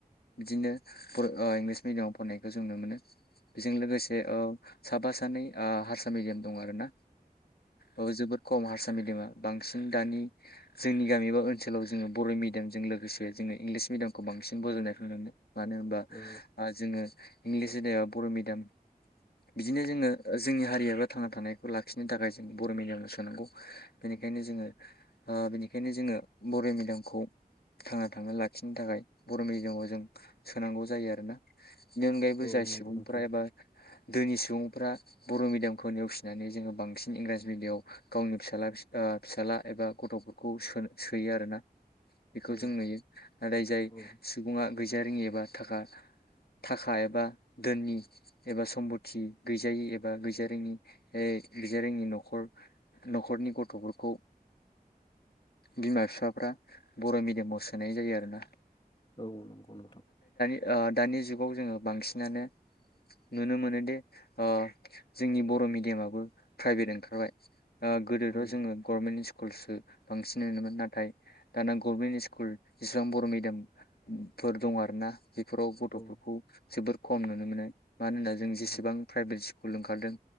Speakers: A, on the left (about 80°); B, on the left (about 35°).
A: बिदिनो ओ इंलिस मिडियामाव फरायनायखौ जों नुनो मोनो। बेजों लोगोसे औ। साबा सानै ओ हारसा मेडियाम दं आरो ना। औ जोबोद खम हारसा मिडियामा बांसिन। दानि जोंनि गामि बा ओनसोलाव जोङो बर' मिडियामजों लोगोसे जोङो इंलिस मिडियामखौ बांसिन बजबनायखौ नुनो मोनो। मानो होनबा
B: औ
A: आ जोङो इंलिस मिडियाम बर' मिडियाम बिदिनो जोङो ओ जोंनि हारियाब्रा थांना थानायखौ लाखिनो थाखाय जों बर' मिडियामाव सोनांगौ बेनिखायनो जोङो ओ बिनिखायनो जोङो बर' मिडियामखौ थांना थानो लाखिनो थाखाय बर' मिडियामाव जों सोनांगौ जायो आरोना बेनि अनगायैबो
B: औ
A: जाय
B: नंगौ
A: सुबुंफ्रा
B: नोंथां
A: एबा दोनि सुबुंफ्रा बर' मिडियामखौ नेवसिनानै जोङो बांसिन इंराजि मिडियामाव गावनि फिसाला ओ फिसाला एबा गथ'फोरखौ सो सोयो आरोना। बेखौ
B: औ
A: जों नुयो नाथाय जाय
B: औ
A: सुबुङा गैजारिङि एबा थाखा-थाखा एबा दोननि एबा सम्प थि गैजायि एबा गैजा रोङि ओ गैजा रोङि न'खर न'खरनि गथ'फोरखौ बिमा बिफाफ्रा बर' मिडियामाव सोनाय जायो आरो ना।
B: औ नंगौ नोंथां।
A: ओ दानि जुगाव जोङो बांसिनानो नुनो मोनोदि ओ जोंनि बर' मिडियामाबो प्राइभेट ओंखारबाय। ओ गोदोथ'
B: औ
A: जोङो गभनेट स्कु स्कुलसो बांसिन नोमोन नाथाय दाना गभमेन्ट स्कुल जेसिबां बर' मिडियामफोर दं आरोना। बेफोराव गथ'फोरखौ
B: औ
A: जोबोर खम नुनो मोनो। मानो होनोबा जों
B: औ
A: जेसे प्राइभेट स्कुल ओंखारदों